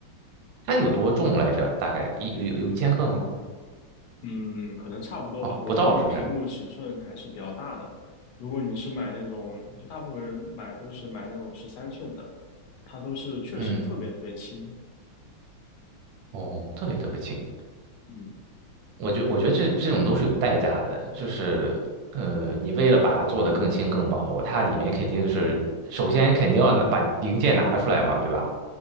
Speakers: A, on the right (about 70°); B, on the left (about 70°).
A: 它有多重来着？大概一有有一千克吗？
B: 嗯，可能差不多吧。
A: 哦，
B: 我的那个屏幕尺寸还是比较大的，
A: 不到是不是？
B: 如果你是买那种，就大部分人买都是买那种十三寸的，它都是确实特别特别轻。
A: 嗯。哦，特别特别轻。
B: 嗯
A: 我觉我觉得这这种都是有代价的，就是呃，你为了把它做得更轻更薄，它里面肯定是首先肯定要拿把零件拿出来嘛，对吧？